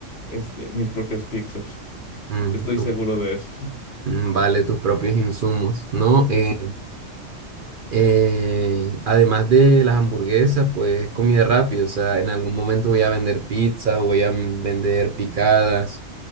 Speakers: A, on the left (about 55°); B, on the right (about 50°).
A: este, mis propias pizzas.
B: Mm,
A: Estoy
B: tú-
A: seguro de eso. <laughs>
B: mm, vale, tus propios insumos, ¿no? Eh,
A: Eso.
B: eh, además de las hamburguesas, pues es comida rápida, o sea, en algún momento voy a vender pizza o voy a mm, vender picadas.